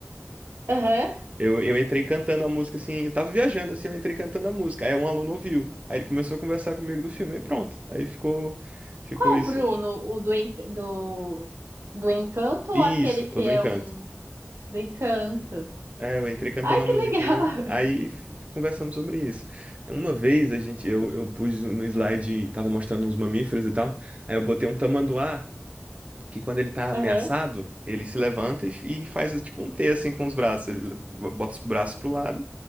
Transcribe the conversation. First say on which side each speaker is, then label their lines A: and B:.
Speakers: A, on the right; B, on the right.
A: Aham.
B: eu, eu entrei cantando a música assim, eu tava viajando assim, eu entrei cantando a música. Aí um aluno ouviu, aí ele começou a conversar comigo do filme, aí pronto. Aí ficou, ficou
A: Qual,
B: isso.
A: Bruno? O do, en- do, do Encanto
B: Isso,
A: ou aquele que
B: o do
A: é
B: Encanto.
A: um do Encanto?
B: É, eu entrei cantando
A: Ai,
B: a
A: que
B: musiquinha,
A: legal!
B: aí f- conversamos sobre isso. Uma vez a gente, eu, eu pus no slide, tava mostrando uns mamíferos e tal, aí eu botei um tamanduá, que quando ele tá
A: <laughs>
B: ameaçado,
A: Aham.
B: ele se levanta e, f- e faz tipo um T assim com os braços, ele b- bota os braços pro lado